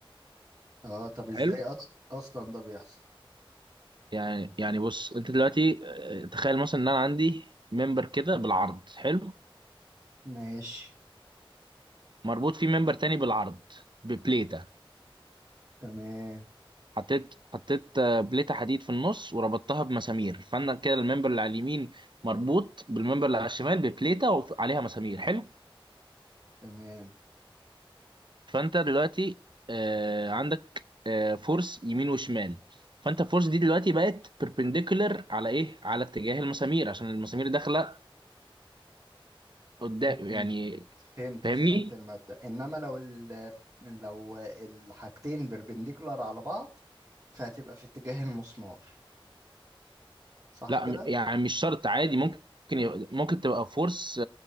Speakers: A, on the right; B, on the right.
A: اه طب ازاي
B: حلو
A: أص... اصلا ده بيحصل
B: يعني يعني بص انت دلوقتي آه، تخيل مثلا ان انا عندي ممبر كده بالعرض حلو
A: ماشي
B: مربوط فيه ممبر تاني بالعرض ببليتة
A: تمام
B: حطيت حطيت آه، بليتة حديد في النص وربطتها بمسامير فانا كده الممبر اللي على اليمين مربوط بالممبر اللي على الشمال ببليتة وعليها مسامير حلو
A: تمام
B: فانت دلوقتي آه عندك آه فورس يمين وشمال فانت الفورس دي دلوقتي بقت perpendicular على ايه على اتجاه المسامير عشان المسامير داخله قدام
A: فهمت
B: يعني
A: فهمت
B: فاهمني
A: فهمت المبدأ انما لو ال لو الحاجتين بربنديكولار على بعض فهتبقى في اتجاه المسمار صح
B: لا
A: كده
B: م- يعني مش شرط عادي ممكن ي- ممكن تبقى فورس